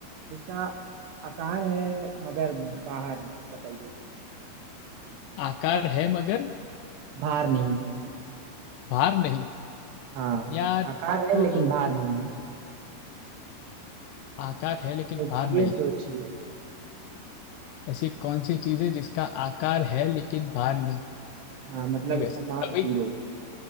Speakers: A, on the right; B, on the left.
A: जिसका आकार है मगर बाहर नहीं बताइए
B: आकार है मगर
A: भार नहीं
B: भार नहीं
A: हाँ
B: यार
A: आकार है
B: तो
A: लेकिन भार नहीं है।
B: आकार है लेकिन
A: सोचिए
B: भार नहीं
A: सोचिए
B: ऐसी कौन सी चीज है जिसका आकार है लेकिन भार नहीं
A: हाँ मतलब
B: ये वैसे
A: उसका मास
B: सभी
A: जीरो